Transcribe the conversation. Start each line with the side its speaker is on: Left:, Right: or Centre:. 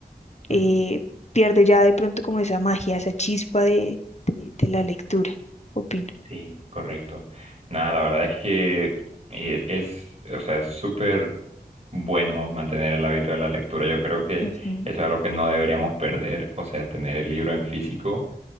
Right: ujú.
Left: eh, pierde ya de pronto como esa magia, esa chispa de, de, de la lectura, opino.
Right: Sí, correcto. Nada, la verdad es que eh, es, o sea, es súper bueno mantener el hábito de la lectura. Yo creo que eso
Left: Ujú,
Right: es algo que no deberíamos perder, o sea, tener el libro en físico